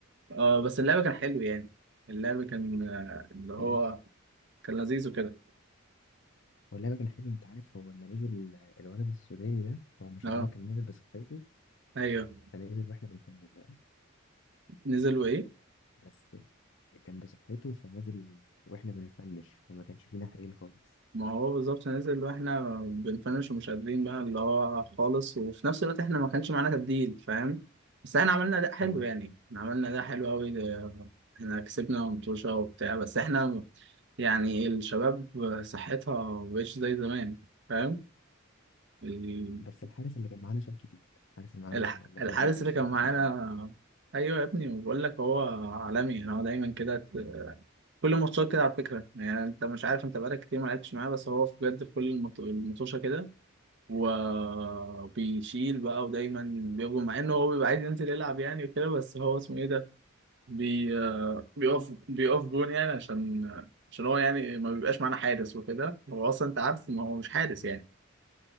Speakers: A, on the right; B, on the left.
A: اه بس اللعب كان حلو يعني اللعب كان آه، اللي هو
B: لا
A: كان لذيذ وكده
B: هو اللعبة كان حلو أنت عارف هو لما نزل ال- الولد السوداني ده هو ما شاء
A: اه
B: الله كان نازل بصحته
A: ايوه
B: فنازل وإحنا بنفنش بقى
A: نزل وايه
B: بس كان بصحته فنازل وإحنا بنفنش فما كانش فينا حيل خالص
A: ما هو بالظبط نزل واحنا بنفنش ومش قادرين بقى اللي هو خالص وفي نفس الوقت احنا ما كانش معانا تبديل فاهم بس احنا عملنا اداء حلو
B: أه
A: يعني احنا عملنا اداء حلو قوي احنا كسبنا متوشة وبتاع بس احنا يعني الشباب صحتها مبقتش زي زمان فاهم ال-
B: بس الحارس اللي كان معانا شال كتير الحارس اللي معانا
A: الح-
B: الله
A: الحارس
B: أكبر عليه
A: اللي
B: شال
A: كان
B: كتير
A: معانا
B: أوي
A: ايوه يا ابني بقول لك هو عالمي انا هو دايما كده ت- كل ماتشات كده على فكره يعني انت مش عارف انت بقالك كتير ما لعبتش معاه بس هو بجد في كل المط- المطوشه كده وبيشيل بقى ودايما بيقف مع انه هو بيبقى عايز ينزل يلعب يعني وكده بس هو اسمه ايه ده بي آه، بيقف بيقف جون يعني عشان عشان هو يعني ما بيبقاش معانا حارس وكده هو اصلا انت عارف ما هو مش حارس
B: أه
A: يعني